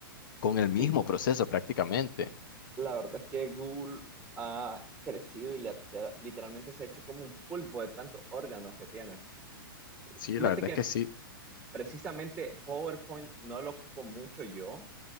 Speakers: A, on the left; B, in the centre.
A: con el mismo
B: Sí,
A: proceso prácticamente.
B: la verdad es que Google ha crecido y le literalmente se ha hecho como un pulpo de tantos órganos que tiene.
A: Sí,
B: Fíjate
A: la verdad
B: que
A: es que sí,
B: precisamente PowerPoint no lo ocupo mucho yo